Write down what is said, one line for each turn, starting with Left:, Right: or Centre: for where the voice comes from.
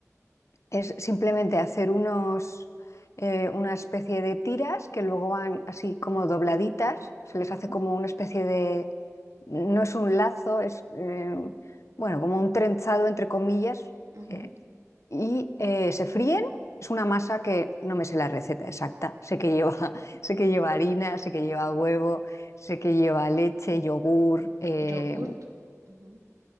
Left: es simplemente hacer unos, eh, una especie de tiras que luego van así como dobladitas, se
Right: ujú,
Left: les hace como una especie de no es un lazo, es eh, bueno, como un trenzado entre comillas,
Right: ujú.
Left: eh, y eh, se fríen. Es una masa que no me sé la receta exacta. Sé que lleva, <laughs> sé que lleva harina, sé que lleva huevo, sé que lleva leche, yogur. eh,
Right: Yogurt. Ujú,